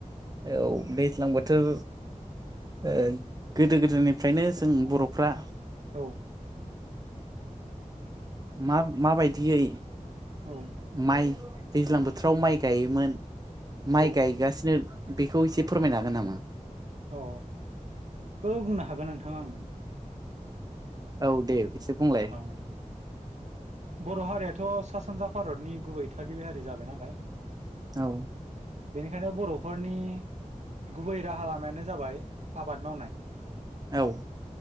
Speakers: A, on the right; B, on the right.
A: औ दैज्लां बोथोर ओ गोदो - गोदायनिफ्रायनो जों बर'फ्रा
B: औ
A: मा मा बायदियै
B: औ
A: माइ दैज्लां बोथोराव माइ गायोमोन माइ
B: औ
A: गायगासिनो बेखौ एसे फोरमायनो हागोन नामा?
B: अ बो बुंनो हागोन नोंथां आं
A: औ दे एसे बुंलाय
B: अ बर' हारियाथ' सा सानजा भारतनि गुबै थागिबि हारि जाबाय नालाय
A: औ
B: बेनिखायनो बर'फोरनि गुबै राहा लामायानो जाबाय आबाद मावनाय
A: औ